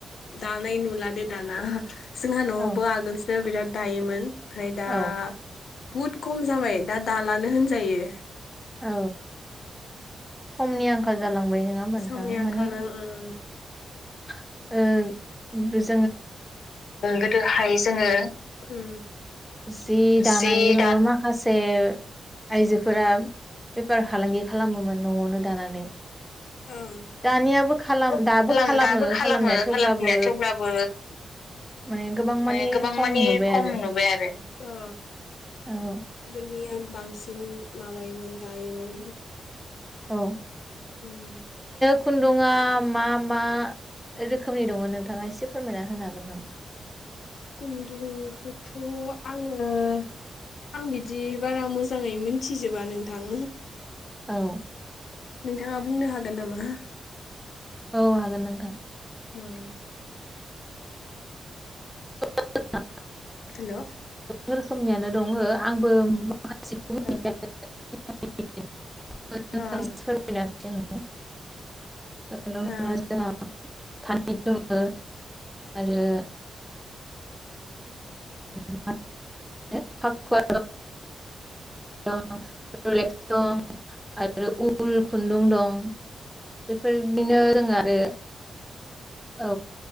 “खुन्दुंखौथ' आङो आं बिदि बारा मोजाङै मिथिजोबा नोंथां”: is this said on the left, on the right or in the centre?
Left